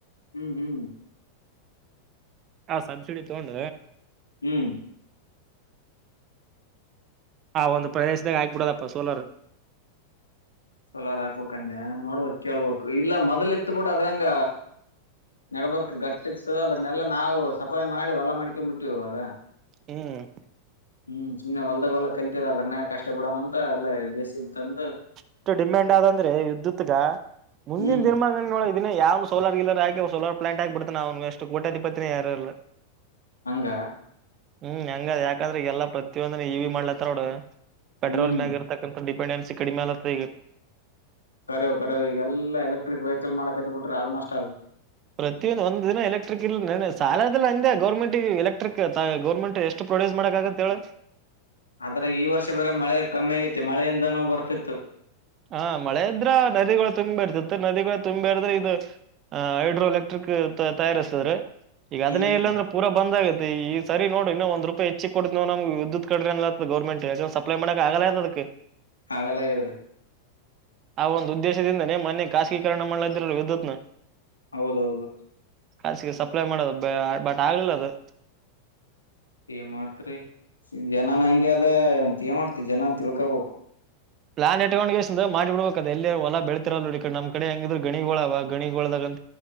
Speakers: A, on the left (about 80°); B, on the right (about 35°).
A: ಹ್ಮ್ ಹ್ಮ್
B: ಆ ಸಬ್ಸಿಡಿ ತಗೊಂಡ.
A: ಹ್ಮ್
B: ಹ ಒಂದು ಪ್ರದೇಶದಾಗ ಆಗ್ಬಿಡೋದಪ್ಪಾ ಸೋಲರ್.
A: ಸೋಲಾರ ಹಾಕ್ಬೇಕ್ ಅಂದ ನೋಡ್ಬಕ್ ಕೇಳ್ಬಬೇಕಕ್ ಇಲ್ಲ ಮೊದ್ಲ್ ಇತ್ತ್ ಬಿಡು ಅದ್ರಂಗ. ನೆಡಬರ್ಕ್ ಗಟ್ಟಿತ್ತು ಅದನ್ನೆಲ್ಲ ನಾವು ಸಪಯ ಮಾಡಿ ಹೊಲ ಮಾಡಿಕೆಂಬಿಟ್ಟಿವ ಇವಾಗ.
B: ಹ್ಮ್
A: ಹ್ಮ್ ಸುಮ್ನೆ ಹೊಲ್ದಾಗ ಹೊಲ ಕಲ್ತಿದ ಅದ್ರನ್ಯಾಗ್ ಕಷ್ಟ ಪಡಮ್ ಅಂತ ಎಲ್ಲ ಜೆಸಿಬಿ ತಂದ.
B: ಇಷ್ಟ ಡಿಮ್ಯಾಂಡ್ ಆದ ಅಂದ್ರೆ ವಿದ್ಯುತ್ಗ ಮುಂದಿನ
A: ಹ್ಮ್
B: ದಿನಮಾನಗೋಳ್. ನ್ನ ಯಾವ್ನು ಸೋಲಾರ್ ಗಿಲ್ಲರ್ ಹಾಕಿ ಸೋಲರ್ ಪ್ಲಾಂಟ್ ಹಾಕ್ ಬಿಡ್ತಾನ ಅವ್ನಗಷ್ಟ ಕೋಟ್ಯಧಿಪತಿನ ಯಾರ ಇಲ್ಲ.
A: ಹಂಗ.
B: ಹ್ಮ್ ಹಂಗ ಅದ ಯಾಕಂದ್ರ ಈಗ ಎಲ್ಲಾ ಪ್ರತಿಯೊಂದನ ಇವಿ ಮಾಡ್ಲಾತ್ತಾರ್ ನೋಡ್ ಪೆಟ್ರೋಲ್
A: ಹ್ಮ್
B: ಮ್ಯಾಗ. ಇರ್ತಾಕ್ಕಂತ ಡಿಪೆಂಡೆನ್ಸಿ ಕಡಿಮ ಆಗ್ಲಾತ್ತದ್ ಈಗ.
A: ಕರೆವ ಕರೆವ್ ಇಗೆಲ್ಲ ಎಲೆಕ್ಟ್ರಿಕ್ ವೇಹಿಕಲ್ ಮಾಡಕತ್ತ ಬಿಟ್ಟಾರ್ ಆಲ್ಮೋಸ್ಟ್ ಆಲ್.
B: ಪ್ರತಿಯೊಂದ ಒಂದ ದಿನ ಎಲೆಕ್ಟ್ರಿಕ್ ಇಲ್ದ ನ ಸಾಲದಲ್ಲ ಅಂದೇ ಗೋರ್ಮೆಂಟಿಗೆ ಎಲೆಕ್ಟ್ರಿಕ್ ತಾ ಗರ್ಮೆಂಟ್ ಎಷ್ಟ. ಷ್ಟ ಪ್ರೊಡ್ಯೂಸ್ ಮಾಡಕ್ ಆಗತ್ತ ಹೇಳ.
A: ಅದ್ರಾಗ ಈ ವರ್ಷ ಬೇರೆ ಮಳೆ ಕಮ್ಮಿ ಆಗೈತಿ ಮಳೆಯಿಂದಾನೂ ಬರ್ತಿತ್ತು.
B: ಹಾ ಮಳೆ ಇದ್ರ ನದಿಗಳು ತುಂಬಿ ಇರ್ತಿತ್ತ ನದಿಗಳು ತುಂಬಿ ಇರ್ದ್ರೆ ಇದು. ಆ ಹೈಡ್ರೋ ಎಲೆಕ್ಟ್ರಿಕ್ ತಯಾರಿಸ್ತಿದ್ರ ಈಗ
A: ಹ್ಮ್
B: ಅದನ್ನೇ ಇಲ್ಲಾಂದ್ರ. ಪೂರ ಬಂದ ಆಾಗತ್ತೆ ಈ ಸರಿ ನೋಡಿ ನ ಒಂದ್ ರೂಪಾಯ ಹೆಚ್ಚ ಕೊಡ ನವು ನಮ್ಗೆಿದ್ಯುತ್ ಕಡ್ರ ಗರ್ಮೆಂಟ್. ಅಪ್ಲೈ ಮಾಡಕ್ಕೆ ಆಗಲ್ಲದಕ್ಕೆ.
A: ಹಾಗಲ್ಲ ಆಗಾದ್ರೀ.
B: ಆ ಒಂದು ಉದ್ದೇಶದಿಂದನೇ ಮನೆ ಖಾಸೀಕರಣ ಮಾಡಲ ಇದ್ರಲ್ ವಿದ್ಯುತ್ನ.
A: ಹೌದೌದು..
B: ಾಸಿಗೆ ಸಪ್ಲೈ ಮಾಡೋದು ಬಟ್ ಆಗ್ಲಿಲ್ಲ ಅದು.
A: ಏ ಮಾಡ್ತ್ರಿ ಜನನ್ ಹಂಗಗೆ ಅದಂತ ಏ ಮಾಡ್ತಿರಿ ಜನನ್ ತಿಳ್ಕೋಬೇಕು.
B: ಪ್ಲಾನ್ ಇಟ್ಕೊಂಡ ಮಾಡಿ ಬಿಡ್ಬೇಕ ಅದ ಎಲ್ಲಿ ಹೊಲ ಬೆಳತಿರಲ್ಲ್ಲ ಇಡೆ ನಮ್ಮ ಕಡೆ ಹೆಂಗಿದ್ ಗಿೋಳ ಅವ ಗಣಿಗೋದಾಗ.